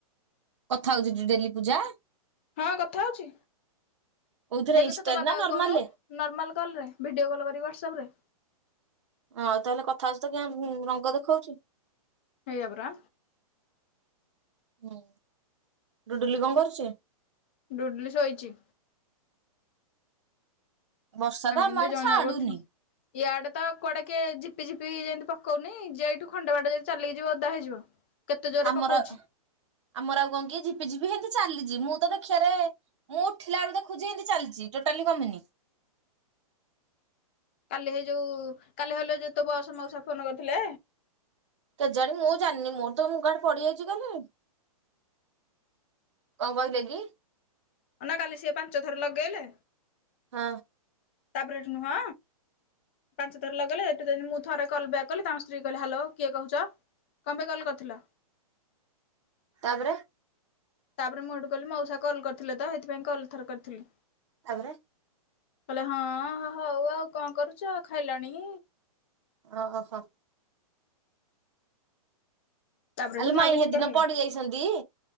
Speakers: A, on the right (about 50°); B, on the left (about 20°).
A: କଥା ହଉଚି ଡେଲି ପୂଜା।
B: ହଁ କଥା ହଉଚି।
A: କୋଉଥିରେ
B: ହେଇ
A: ଇନଷ୍ଟାରେ
B: କଥା ତା ବାବାକୁ
A: ନା ନର୍ମାଲରେ
B: କହୁନୁ। ନର୍ମାଲ୍ କଲ୍ ରେ ଭିଡ଼ିଓକଲ୍ କରିକି ହ୍ୱାଟସଆପ୍ ରେ।
A: ଆଉ ତାହେଲେ କଥାହୋଇଚୁ ତ କାଇଁ ରଙ୍ଗ ଦେଖଉଚି।
B: ସେଇଆପରା।
A: ହୁଁ ଡୁଡୁଲି କଣ କରୁଚି?
B: ଡୁଡଲି ଶୋଇଚି।
A: ବର୍ଷା
B: ଆମେ
A: ତ ଆମ
B: ଏମିତି
A: ଆଡେ
B: ଜଣେ
A: ଛାଡୁନି
B: ଜାକ ଉଠୁ ୟଆଡେ ତ କୁଆଡେ କିଏ ଝିପି ଝିପି ଯେମିତି ପକଉନି, ଯେଇଠୁ ଖଣ୍ଡେ ବାଟ ଯଦି ଚାଲିକି ଯିବ ଓଦା ହେଇଯିବ। କେତେ ଜୋରରେ
A: ଆମର
B: ପକଉଛି
A: ଆମର ଆଉ କଣ କି ଝିପିଝିପି ହେମତି ଚାଲିଚି ମୁଁ ତ ଦେଖିବାରେ ମୁଁ ଉଠିଲା ବେଳକୁ ଦେଖୁଚି ଏମିତି ଚାଲିଚି ଟୋଟାଲି କମିନି।
B: କାଲି ହେଇ ଯୋଉ କାଲି ହେଲେ ଯେ ତୋ ବସ ମଉସା ଫୋନ୍ କରିଥିଲେ।
A: କେଜାଣି ମୁଁ ଜାଣିନି ମୋର ତ ମୁଁ କୁଆଡେ ପଡିଯାଇଚି କାଲି। କଣ କହିଲେ କି?
B: ନା କାଲି ସିଏ ପାଞ୍ଚ ଥର ଲଗେଇଲେ।
A: ହଁ।
B: ତାପରେ ଏଠୁ ନୁହଁ। ପାଞ୍ଚ ଥର ଲଗେଇଲେ। ସେଠୁ ମୁଁ ଥରେ କଲ୍ ବ୍ୟାକ୍ କଲି ତାଙ୍କ ସ୍ତ୍ରୀ କହିଲେ ହାଲୋ କିଏ କହୁଚ? କଣ ପାଇଁ କଲ୍ କରିଥିଲ?
A: ତାପରେ?
B: ତାପରେ ମୁଁ ଏଠୁ କହିଲି ମଉସା କଲ୍ କରିଥିଲେ ତ ସେଥିପାଇଁ କଲ ଏଥିରେ କରିଥିଲି।
A: ତାପରେ
B: କହିଲେ ହଁ ହଉ ଆଉ କଣ କରୁଛ ଖାଇଲାଣି।
A: ଓହୋ ଓହୋ।
B: ତାପରେ ହେଠୁ
A: ଆଲୋ
B: ମୁଁ
A: ମାଇଁ
B: ଆଉ କିଛି
A: ହେଦିନ
B: କହିଲିନି
A: ପଡି ଯାଇଛନ୍ତି